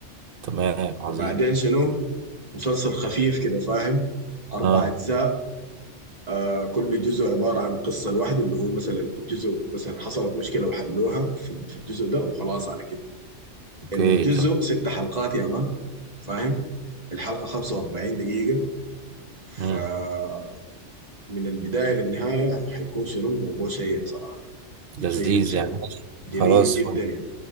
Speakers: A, on the right; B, on the right.
A: تمام عظيم
B: وبعدين شنو مسلسل خفيف كده فاهم أربع
A: اه
B: أجزاء آه كل جزء عبارة عن قصة لوحده اللي هو مثلا الجزء مثلا حصلت مشكلة وحلوها في في الجزء ده وخلاص على كده الجزء
A: اوكي
B: ست حلقات يا مان فاهم الحلقة 45 دقيقة فمن
A: تمام
B: البداية للنهاية حيكون شنو الموضوع شيق صراحة
A: لذيذ
B: شيق شيق
A: يعني ماشي.
B: جميل
A: خلاص
B: جدا
A: فل.
B: يعني